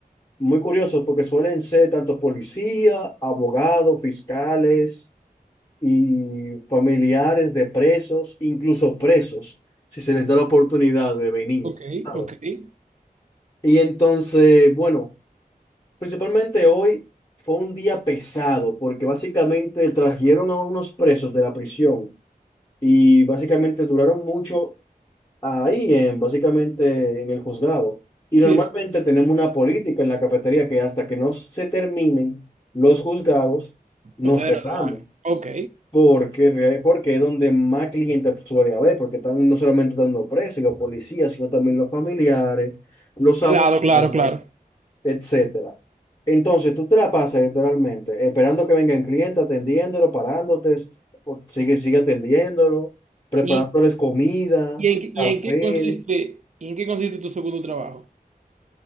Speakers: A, on the left; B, on the right.
A: muy curiosos porque suelen ser tanto policía, abogados, fiscales y familiares de presos, incluso presos, si se les da la oportunidad de venir.
B: Ok,
A: ¿sabes?
B: ok. Sí,
A: Y entonces, bueno, principalmente hoy fue un día pesado porque básicamente trajeron a unos presos de la prisión y básicamente duraron mucho ahí en, básicamente en el juzgado. Y
B: sí.
A: normalmente tenemos una política en la cafetería que hasta que no se terminen los juzgados, nos
B: Ustedes
A: cerramos.
B: no trabajan. Ok.
A: Porque, re- porque es donde más clientes suele haber, porque están no solamente dando presos y los policías, sino también los familiares, los
B: Claro,
A: abogados
B: claro, claro.
A: etcétera. Entonces, tú te la pasas literalmente esperando que vengan clientes, atendiéndolo, parándote, o sigue, sigue atendiéndolo, preparándoles
B: ¿Y,
A: comida,
B: y en, qué-
A: café.
B: y en qué consiste, y en qué consiste tu segundo trabajo?